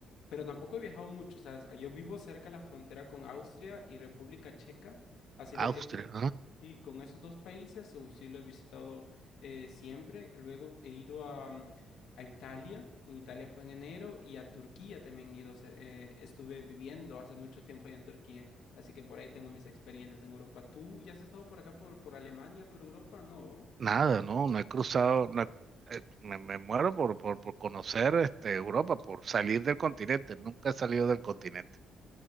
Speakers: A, on the left (about 80°); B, on the right (about 50°).
A: Pero tampoco he viajado mucho, ¿sabes? Ah, Yo vivo cerca de la frontera con Austria y República Checa, así
B: Austria.
A: de que sí, sí, con esos dos países uy, sí lo he visitado eh, siempre. Luego he ido a, mm, a Italia, en Italia fue en enero, y a Turquía también he ido, se- eh, estuve viviendo hace mucho tiempo allá en Turquía, así que por ahí tengo mis experiencias en Europa. ¿Tú ya has estado por acá, por, por Alemania, por Europa? No, ¿no?
B: Nada, no, no he cruzado, no he- eh, me, me muero por, por, por conocer este, Europa, por salir del continente, nunca he salido del continente,